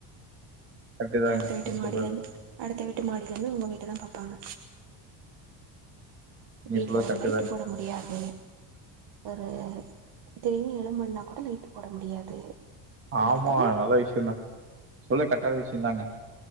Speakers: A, on the right; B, on the right.
A: கரெக்ட் தாங்க
B: அடுத்த வீட்டு
A: நீங்க
B: மாடியிலந்து
A: சொல்றது
B: அடுத்த வீட்டு மாடியிலந்து உங்க வீட்டதா பாப்பாங்க
A: நீங்க
B: வீட்ல
A: சொல்றது
B: ஒரு
A: கரெக்ட்
B: லைட்டு
A: தாங்க
B: போட முடியாது ஒரு திடீனு எழும்புண்ணா கூட லைட்டு் போட முடியாது
A: ஆமா
B: எதுக்குமே
A: நல்ல விஷ்யந்தா‌ சொல்லக் கர்ட்டான விஷ்யந்தாங்க